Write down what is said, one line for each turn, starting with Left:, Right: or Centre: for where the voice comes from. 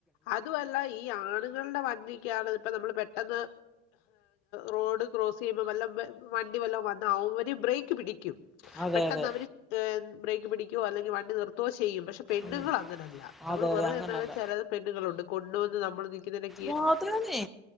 Left: അതുമല്ല ഈ ആണുങ്ങൾടെ വണ്ടിക്കാണ് ഇപ്പൊ നമ്മള് പെട്ടെന്ന് റോഡ് ക്രോസീയുമ്പോ വല്ല വെ വണ്ടി വല്ലോം വന്ന അവര് ബ്രേക്ക് പിടിക്കും
Centre: അതെ
Left: പെട്ടെന്ന്
Centre: അതെ
Left: അവര് ബ്രേക്ക് പിടിക്കുവോ അല്ലെങ്കി വണ്ടി നിർത്തോ ചെയ്യും പക്ഷെ പെണ്ണുൾ
Centre: ഉം
Left: അങ്ങനെല്ല നമ്മള്
Centre: അതെ
Left: വെറുതെ
Centre: അതെ അങ്ങനെയല്ല
Left: നിന്നാലും ചെലത് പെണ്ണുകളുണ്ട് കൊണ്ടുവന്ന് നമ്മള് നിക്കുന്നെന്റെ
Centre: മാത്രന്നേ